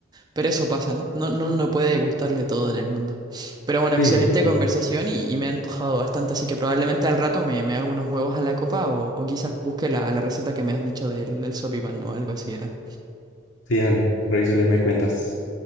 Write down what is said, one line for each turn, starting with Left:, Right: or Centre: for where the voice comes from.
Right: Pero eso pasa, ¿no? No, no, no puede gustarle todo en el mundo. Pero bueno, excelente
Left: Sí, eso es verdad.
Right: conversación y, y me ha antojado bastante, así que probablemente al rato me, me hago unos huevos a la copa o, o quizás busque la, la receta que me has dicho del, del sopipan o algo así era.
Left: Sí, dale, revísala y me cuentas.